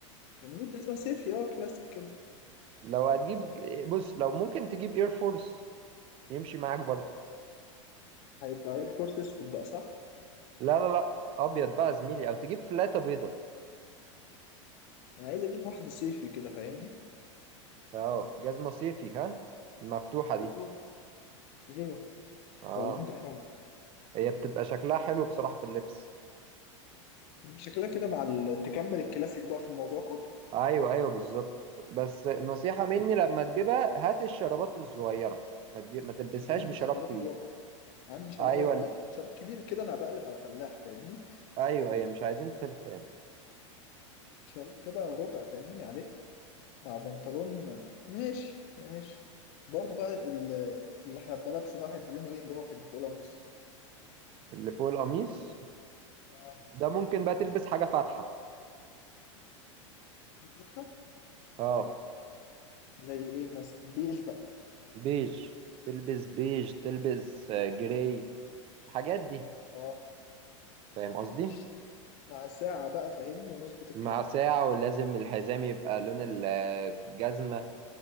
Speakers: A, on the left; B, on the right.
A: جميل جزمه صيفي اه كلاسيك كده
B: لو هتجيب بص لو ممكن تجيب اير فورس يمشي معاك برضو
A: هيبقى ايه الكورس اسود بقى صح
B: لا لا لا ابيض بقى زميلي او تجيب فلاته بيضه
A: انا عايز اجيب واحده صيفي كده فاهمني
B: اه جزمه صيفي ها المفتوحه
A: اه
B: دي
A: ايوه
B: اه
A: ولا انت ايه رأيك
B: هي بتبقى شكلها حلو بصراحة في اللبس
A: شكلها كده مع ال... تكمل الكلاسيك بقى في الموضوع كله
B: ايوه ايوه بالظبط بس نصيحة مني لما تجيبها هات الشرابات الصغيرة ما تجيب ما تلبسهاش
A: أنا عندي
B: بشراب
A: شرابات
B: كبير
A: الربع عندي شراب
B: ايوه
A: ربع
B: ال-
A: أنا شراب كبير كده انا بقلب على فلاح فاهمني
B: ايوه ايوه مش عايزين فلح يعني
A: شراب كده ربع فاهمني عليه مع بنطلون ماشي ماشي برضه بقى ال- اللي هبقى لابسه بقى هيبقى لونه ايه اللي هو هيبقى فوق القميص
B: اللي فوق القميص
A: اه
B: ده ممكن بقى تلبس حاجة فاتحة
A: هيبقى فاتحة
B: اه
A: زي ايه مثلا بيج بقى
B: بيج تلبس بيج تلبس آه، جراي الحاجات دي
A: اه
B: فاهم قصدي
A: ماشي مع ساعة بقى فاهمني ونظبط الكلام
B: مع ساعة ولازم الحزام يبقى لون الجزمة